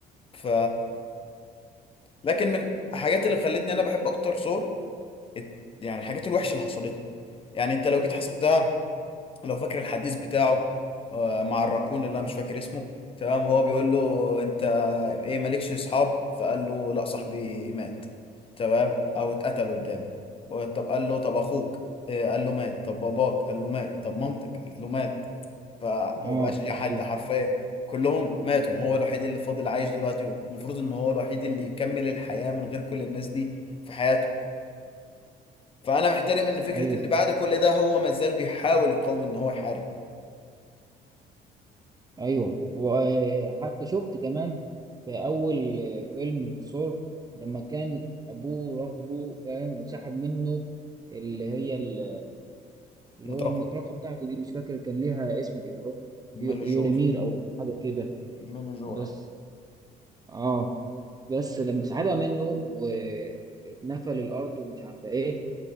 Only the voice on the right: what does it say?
اه
ايوه
ايوه
ايوه وحتى شفت كمان في أول فيلم الثور لما كان أبوه رفضه فاهم وسحب منه اللي هي ال- اللي
هو المطرقة بتاعته دي مش فاكر كان ليها اسم كده أهو يو-
يوريمير أو حاجة كده
بس آه بس لما سحبها منه واتنفل الأرض ومش عارفة إيه